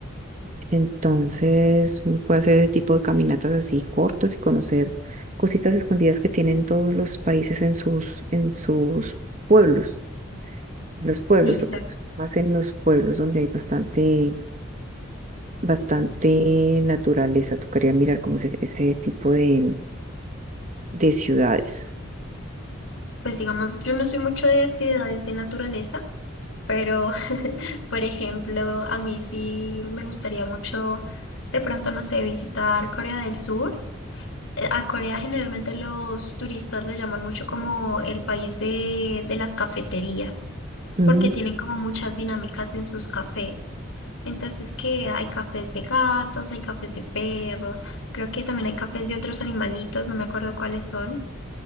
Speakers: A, on the right; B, on the left.
A: entonces uno puede hacer ese tipo de caminatas así cortas y conocer cositas escondidas que tienen todos los países en sus, en sus pueblos. en los pueblos,
B: Sí, claro.
A: porque está más en los pueblos donde hay bastante, bastante naturaleza. Tocaría mirar como ese, ese tipo de, de ciudades.
B: Pues digamos, yo no soy mucho de actividades de naturaleza, pero <laughs> por ejemplo, a mí sí me gustaría mucho, de pronto, no sé, visitar Corea del Sur. Eh, A Corea generalmente los turistas lo llaman mucho como el país de, de las cafeterías,
A: Mm,
B: porque tienen como muchas dinámicas en sus cafés. Entonces, que hay cafés de gatos, hay cafés de perros, creo que también hay cafés de otros animalitos, no me acuerdo cuáles son.